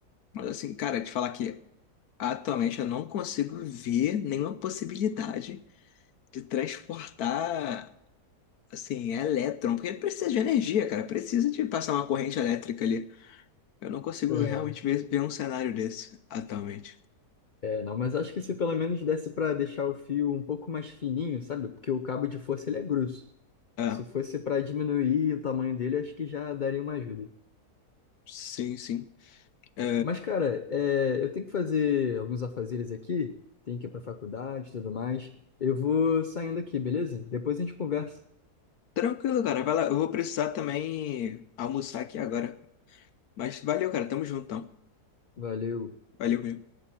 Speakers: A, on the left (about 70°); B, on the left (about 40°).
A: Mas assim, cara, te falar que atualmente eu não consigo ver nenhuma possibilidade de transportar, assim, elétron, porque precisa de energia, cara, precisa de passar uma corrente elétrica ali. Eu não consigo
B: É.
A: realmente ver, ver um cenário desse atualmente.
B: É, não, mas acho que se pelo menos desse para deixar o fio um pouco mais fininho, sabe? Porque o cabo de força ele é grosso.
A: Ah,
B: Se fosse para diminuir o tamanho dele, acho que já daria uma ajuda.
A: sim, sim. É,
B: Mas, cara, é, eu tenho que fazer alguns afazeres aqui, tenho que ir para faculdade e tudo mais. Eu vou saindo aqui, beleza? Depois a gente conversa.
A: tranquilo, cara. Vai lá. Eu vou precisar também almoçar aqui agora. Mas valeu, cara. Tamo juntão.
B: Valeu.
A: Valeu mesmo.